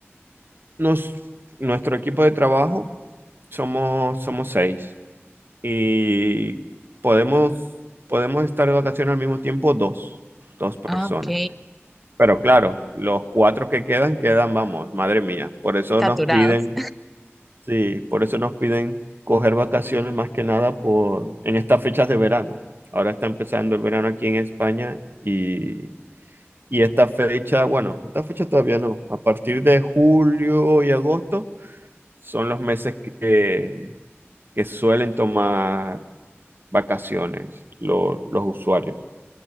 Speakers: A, on the right; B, in the centre.
A: nos, nuestro equipo de trabajo, somos, somos seis y podemos, podemos estar de vacaciones al mismo tiempo dos, dos personas.
B: ah, ok,
A: Pero claro, los cuatro que quedan, quedan, vamos, madre mía. Por eso
B: saturados.
A: nos piden, sí, por eso nos piden coger vacaciones más que nada por, en estas fechas de verano. Ahora está empezando el verano aquí en España y, y esta fecha, bueno, esta fecha todavía no. A partir de julio y agosto son los meses que, que suelen tomar vacaciones lo- los usuarios.